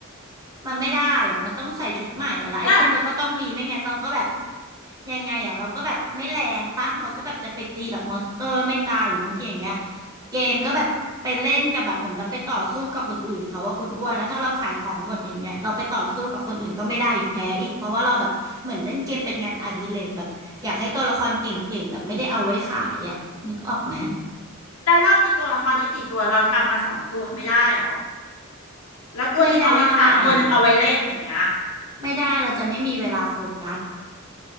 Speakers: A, on the right; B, on the left.
A: มันไม่ได้อ่ะมันต้องใส่ชุดใหม่อ่ะแล้วไอเทมเราก็ต้องมีไม่งั้นเราก็แบบ
B: และ
A: ยังไงอ่ะเราก็แบบไม่แรงปะเราก็แบบจะไปตีแบบมอนสเตอร์ไม่ตายหรือบางทีอย่างเงี้ยเกมก็แบบไปเล่นกับแบบเหมือนแบบไปต่อสู้กับคนอื่นเขาว่าคุณอ้วนแล้วถ้าเราขายของหมดอย่างเงี้ยเราไปต่อสู้กับคนอื่นก็ไม่ได้อีกแพ้อีกเพราะว่าเราแบบเหมือนเล่นเกมเป็นงานอดิเรกแบบอยากให้ตัวละครเก่งๆแบบไม่ได้เอาไว้ขายอ่ะนึกออกไหม
B: แล้วเรามีตัวละครได้กี่ตัวเราทำมาสองตัวไม่ได้หรอแล้วตัวหนึ่งเอาไว้ขายตัวหนึ่งเอาไว้เล่นอย่างเงี้ย
A: ไม่ได้ไม่ได้เราจะไม่มีเวลาโฟกัส